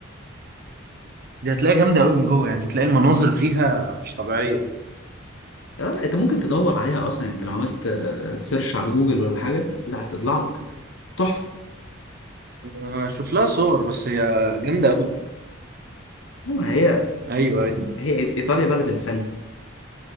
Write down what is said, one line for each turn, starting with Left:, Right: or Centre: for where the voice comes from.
Right: دي هتلاقيها جامده قوي من جوه يعني تلاقي المناظر فيها مش طبيعيه
Left: لا, لا انت ممكن تدور عليها اصلا يعني انت لو عملت آه، سيرش على جوجل ولا حاجه لا هتطلع لك تحفه
Right: آه، شوف لها صور بس هي جامده قوي
Left: لا، هي
Right: ايوه ايوه
Left: هي ايطاليا بلد الفن